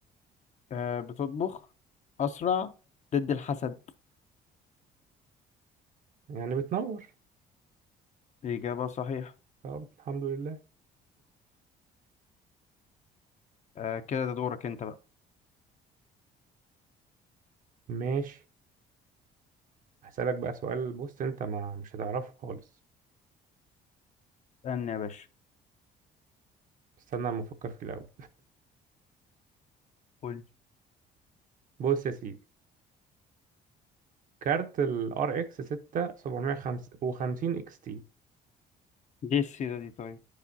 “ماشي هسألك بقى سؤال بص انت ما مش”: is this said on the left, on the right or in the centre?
Right